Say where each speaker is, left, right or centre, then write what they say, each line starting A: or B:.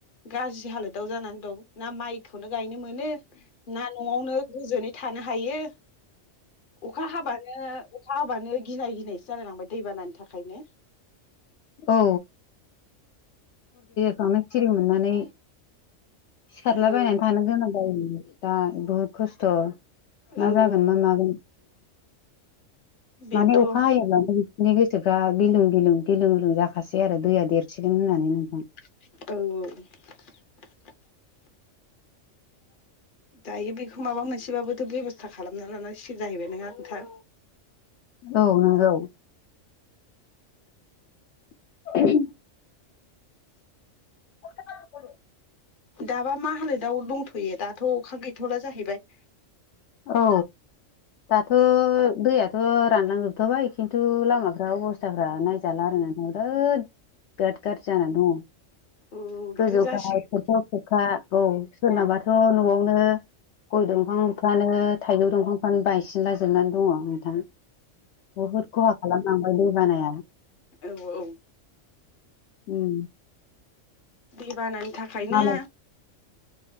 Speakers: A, on the left; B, on the left.
A: गाज्रि हालोदाव जानानै दं ना माइख खौनो गायनो मोनो ना न'आवनो गोजोनै थानो हायो अखा हाबानो अखा हाबानो गिनाय गिनायसो जालाय लांबाय दैबानानि थाखायनो
B: औ फ्रावनो सिरि मोननानै सिखारलाबायनानै
A: औ
B: थानो गोनां जायोमोन दा बुहुद खस्थ'
A: औ
B: मा जागोन
A: औ
B: मा मागोन
A: बेनोथ'
B: माने अखा हायोब्लानो नि गोसोफ्रा गिलुं-गिलुं गिलुं-गिलुं जाखासै आरो दैया देरसिगोन होननानै नोंथां
A: औ-औ
B: <inaudible> <unintelligible>
A: दायो बेखौ माबा मोनसेबाबोथ' बेब'स्था खालामना लानांसिगोन जाहैबाय नङा नोंथां
B: औ नंगौ <unintelligible> <inaudible> <unintelligible> <inaudible>
A: दाबा मा हालोदाव दंथ'यो दाथ' अखा गैथ'ला जाहैबाय
B: औ दाथ' दैयाथ' रानलांजोबथाबाय खिन्थु लामाफ्रा अबस्थाफ्रा नायजाला आर ना मरओथ बेराथ गाज्रि जाना दङ
A: औ बेथ'
B: गोजौ
A: जासिगोन
B: ग खथाव खखा औ सोरनाबाथ' न'आवनो गय दंफां बिबानो थाइगौ दंफांफ्रानो बायसिनलाजोबनानै दङ नोंथां बहुद खहा खालामलांबाय दै बानाया
A: औ औ
B: उम
A: दै बानानि थाखायनो
B: मालाय